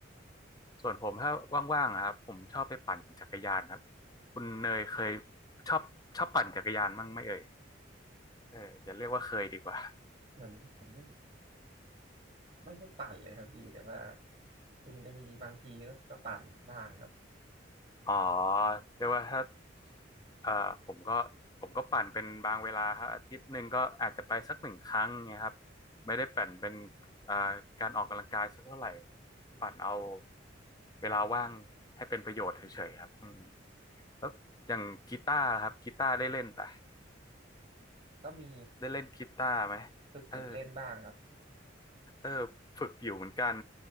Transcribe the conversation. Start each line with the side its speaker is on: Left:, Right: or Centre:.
Left: ส่วนผมถ้าว่างๆอะครับผมชอบไปปั่นจักรยานครับคุณเนยเคยชอบชอบปั่นจักรยานบ้างไหมเอ่ยเอออย่าเรียกว่าเคยดีกว่า
Right: เหมือนผมไม่ไม่ค่อยปั่นเลยครับพี่แต่ว่าคือมันจะมีบางทีก็ก็ปั่นบ้างครับ
Left: อ๋อเรียกว่าถ้าเอ่อผมก็ผมก็ปั่นเป็นบางเวลาครับอาทิตย์หนึ่งก็อาจจะไปสักหนึ่งครั้งเงี้ยครับไม่ได้ปั่นเป็นเอ่อการออกกำลังกายสักเท่าไหร่ปั่นเอาเวลาว่างให้เป็นประโยชน์เฉยๆครับอืมแล้วอย่างกีตาร์ล่ะครับกีตาร์ได้เล่นปะ
Right: ก็มี
Left: ได้เล่นกีตาร์ไหม
Right: ฝึกฝึกเล่นบ้างครับ
Left: เออ เออฝึกอยู่เหมือนกัน